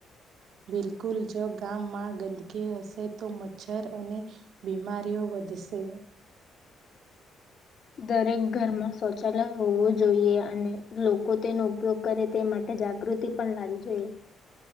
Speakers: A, on the right; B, on the left.
A: બિલકુલ જો ગામમાં ગંદકી હશે તો મચ્છર અને બીમારીઓ વધશે
B: દરેક ઘરમાં શૌચાલય હોવું જોઈએ અને લોકો તેનો ઉપયોગ કરે તે માટે જાગૃતિ પણ લાવવી જોઈએ